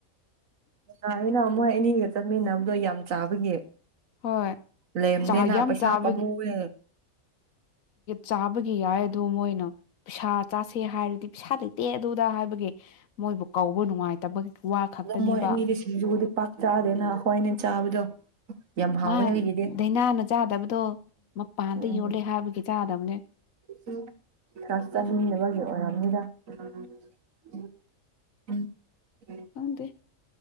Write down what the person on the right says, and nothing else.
ꯇ ꯌꯥꯅ ꯃꯣꯏ ꯑꯅꯤ ꯆꯠꯃꯤꯟꯅꯕꯗꯣ ꯌꯥꯝ ꯆꯥꯕꯒꯤ
ꯂꯦꯝꯗꯦꯅ
ꯄꯩꯁꯥ
ꯄꯥꯝꯃꯨꯋꯦ
ꯎꯝ ꯃꯣꯏ ꯑꯅꯤꯗꯤ ꯁꯤꯡꯖꯨꯕꯨꯗꯤ ꯄꯥꯛ ꯆꯥꯗꯦꯅ ꯈꯣꯏꯅꯦ ꯆꯥꯕꯗꯣ ꯌꯥꯝ ꯍꯥꯎꯋꯦ
ꯑꯩꯒꯤꯗꯤ
ꯎꯝ
<unintelligible> ꯑꯣꯏꯔꯝꯅꯤꯗ ꯎꯝ